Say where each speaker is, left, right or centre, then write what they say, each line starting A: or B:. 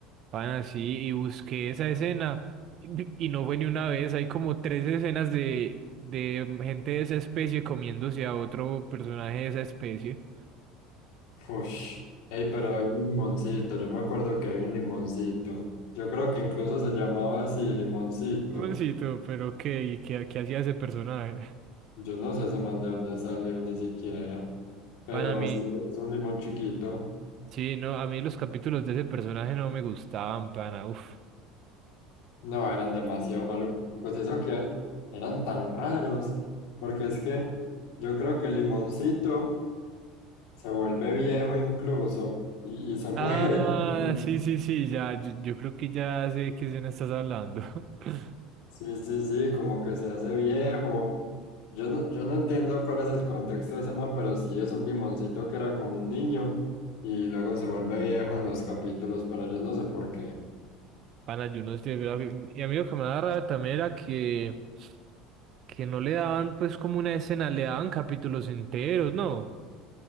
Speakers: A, on the right; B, on the left.
A: Pana, sí, y busqué esa escena y y no fue ni una vez, hay como tres escenas de, de gente de esa especie comiéndose a otro personaje de esa especie.
B: Ush, ey, pero había un limoncito, yo me acuerdo que había un limoncito, yo creo que incluso se llamaba así, limoncito,
A: Hermancito, pero qué, ¿Y qué, qué hacía ese personaje?
B: yo no sé ese man de dónde salió ni siquiera, pero
A: Pana, a mí,
B: sí, es un limón chiquito.
A: sí, no, a mí los capítulos de ese personaje no me gustaban, pana, uff.
B: No, eran demasiado malucos. Eso que eran tan raros. Porque es que yo creo que Limoncito se vuelve viejo incluso y, y se <laughs> muere
A: Ah,
B: también.
A: sí, sí, sí, ya, yo, yo creo que ya sé de qué escena estás hablando. <laughs>
B: Sí, sí, sí, como que se hace viejo. Yo no, yo no entiendo cuál es el contexto de ese man, pero sí es un limoncito que era como un niño y luego se vuelve viejo en los capítulos, pero yo no sé por qué.
A: Pana, yo no estoy de acuerdo. Y a mí lo que me daba rabia también era que, que no le daban pues como una escena, le daban capítulos enteros, ¿no?